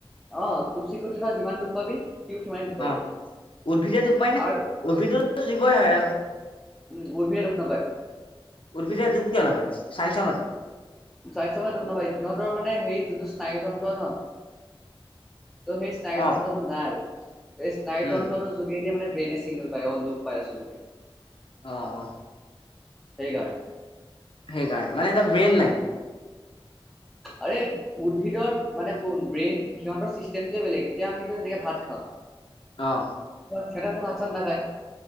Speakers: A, in the centre; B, on the left.
A: অ তোৰ চিকুটিলে ত যিমান দুখ পাবি সিও সিমানেই দুখ পাব
B: অ উদ্ভিদে দুপ পাই না
A: আৰু
B: উদ্ভিদো জীৱই হয়
A: উম উদ্ভিদে দুখ নাপাই।
B: উদ্ভিদে দুখ কিয় নাপায় চাইঞ্চৰ মতে
A: চাইছ মা ধন্যবাদ সিহঁতৰ মানে হেই যোনটো স্নায়ুতন্ত্ৰ ন ত' সেই স্নায়ুতন্ত্ৰটো
B: অ',
A: নাই স্নায়ু
B: উম,
A: তন্ত্ৰটোৰ যোগেদিয়ে মানে ব্ৰেইনে চিগনেল পায় অ দুখ পায় আছো বুলি
B: অ অ
A: সেই কাৰণে
B: সেইকাৰনে মানে এতিয়া ব্ৰেইন নাই।
A: আৰে উদ্ভিদৰ মানে শুন ব্ৰেইন সিহঁতৰ চিষ্টেমটোয়ে বেলেগ এতিয়া আমি যেনেকে ভাত খাওঁ
B: আহ
A: সিহতে তো ভাত ছাত নাখায়,